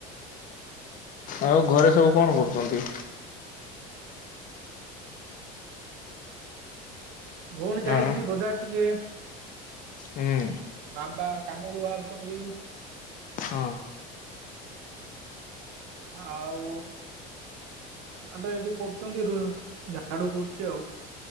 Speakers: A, on the left; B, on the right.
A: ଆଉ ଘରେ ସବୁ କଣ କରୁଛନ୍ତି?
B: ଭଉଣୀ ଯାଇଛି
A: ଆଁ
B: ବଜାର ଟିକେ।
A: ହୁଁ।
B: ବାବା କାମକୁ ବାହାରୁଛନ୍ତି।
A: ହଁ।
B: ଆଉ ଆ ତ ଏଇଠି କରୁଛନ୍ତି ରୁ ଝାଡୁ କରୁଚି ଆଉ।